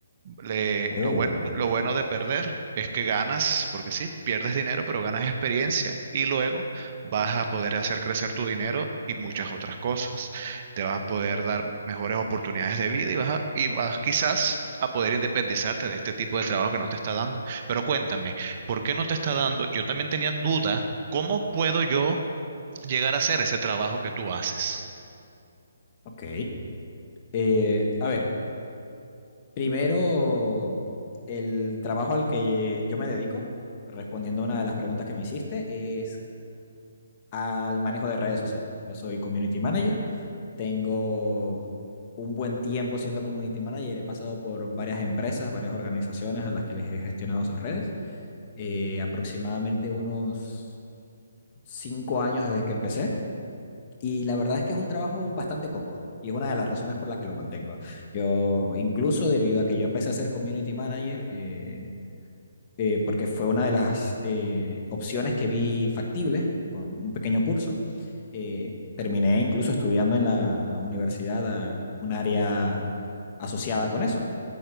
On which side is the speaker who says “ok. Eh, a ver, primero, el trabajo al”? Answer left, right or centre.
Left